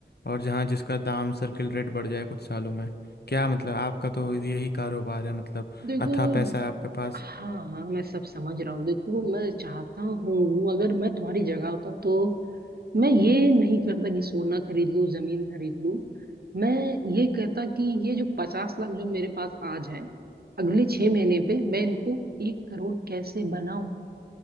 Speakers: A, on the left; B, on the right.
A: और जहां जिसका दाम सर्किल रेट बढ़ जाए कुछ सालों में क्या मतलब आपका तो यही कारोबार है मतलब
B: देखो
A: अथाह पैसा है आपके पास
B: हाँ हाँ मैं सब समझ रहा हूँ देखो मैं चाहता हूँ अगर मैं तुम्हारी जगह होता तो मैं ये नहीं करता कि सोना खरीद लूँ जमीन खरीद लूँ मैं ये कहता कि ये जो पचास लाख जो मेरे पास आज है अगले छह महीने पे मैं इनको एक करोड़ कैसे बनाऊं